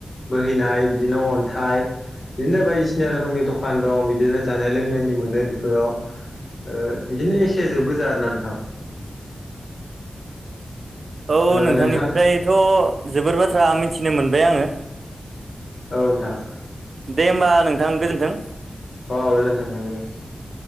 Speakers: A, on the left (about 55°); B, on the right (about 65°).
A: बोहैनाय बिदिनो अन्थाइ बिदिनो बायदिसिना रोखोमनि दखान दं बिदिनो जानाय लोंनायनि मोनो बेफोराव ओ बिदिनो एखे जोब गोजा आरोना नोंथां। ओ
B: औ नोंथांनिफ्रायथ'
A: नोंथां
B: जोबोर बाथ्रा मिथिनो मोनबाय आङो।
A: औ नोंथां।
B: दे होनबा नोंथां गोजोन्थों।
A: औ गोजोन्थों नोंथां गोजोन्थों।